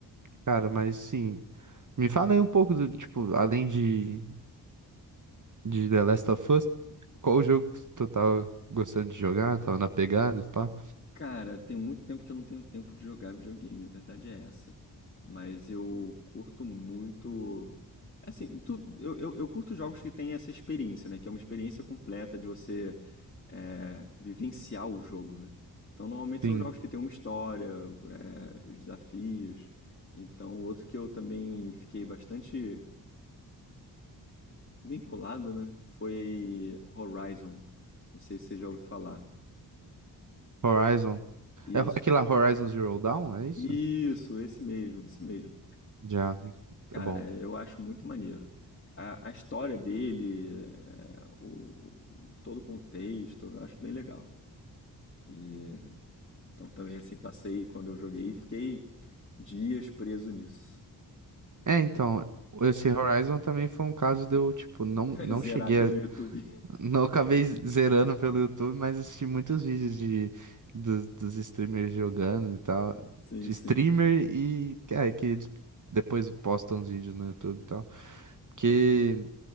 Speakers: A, on the right; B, on the left.
A: cara, mas sim, me fala aí um pouco do, tipo, além de, de The Last of Us, qual o jogo que tu tava gostando de jogar, tava na pegada, e pá?
B: Cara, tem muito tempo que eu não tenho tempo de jogar videogame, a verdade é essa. Mas eu curto muito. Assim, tu- eu, eu, eu curto jogos que têm essa experiência, né? Que é uma experiência completa de você é, vivenciar o jogo, né? Então, normalmente
A: Sim,
B: são jogos que têm uma história, é, os desafios. Então, outro que eu também fiquei bastante vinculado, né? Foi Horizon. Não sei se você já ouviu falar.
A: Horizon.
B: Isso.
A: É ho- aquele lá, Horizon Zero Dawn, é isso?
B: Isso, esse mesmo, esse mesmo.
A: Já,
B: Cara,
A: é bom.
B: eu acho muito maneiro. A, a história dele, é, o, todo o contexto, eu acho bem legal. E, então também assim, passei quando eu joguei, fiquei dias preso nisso.
A: É, então, esse Horizon também foi um caso de eu, tipo, não,
B: <laughs>
A: não
B: Zerar
A: cheguei
B: pelo
A: a
B: YouTube. <laughs>
A: Não acabei zerando pelo YouTube, mas assisti muitos vídeos de, dos, dos streamers jogando e tal.
B: Sim,
A: De
B: sim.
A: streamer e é, que eles depois postam os vídeos no YouTube e tal. Porque,